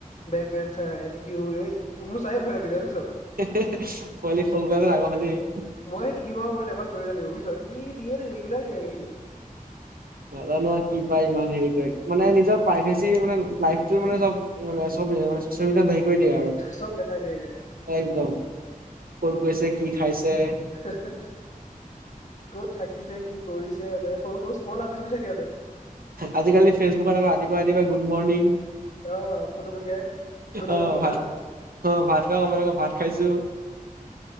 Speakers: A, on the left (about 55°); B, on the right (about 80°).
A: বেক বেঞ্চাৰ এ টি টিউদ এই মোৰ চাই ভয় লাগি যায় বুজিছ।
B: পোৱালি সৰু পোৱালী ডাঙৰ হলেই
A: মই তিনি মাহৰ মূৰত এবাৰ ষ্টৰি এটা দিও বুজিছ সি দিয়ে ৰেগুলাৰ দিয়ে সি
B: নাজানো আৰু কি পায় ইমান হেৰি কৰি মানে নিজৰ প্ৰাইভেচি মানে লাইটো মানে চব মানে চব চচিয়েল মিডিয়াত হেৰি কৰি দিয়ে আৰু
A: চব দেখাই দিয়েগে
B: একদম ক'ত গৈছে কি খাইছে
A: সেহ সেহ <unintelligible> ক'ত থাকিছে, কি কৰিছে ইহঁতে, সৰু-সৰু স্মল আপডেট দি থাকে ইহঁতে।
B: আজিকালি ফেচবুকত আকৌ ৰাতিপুৱাই-ৰাতিপুৱাই গুড মৰ্ণিং।
A: অ, ফটো পঠিয়ায়, গোলাপ
B: অ',
A: ফুল দুটা।
B: ভাত অ ভাত খোৱা সময়ত আকৌ ভাত খাইছো।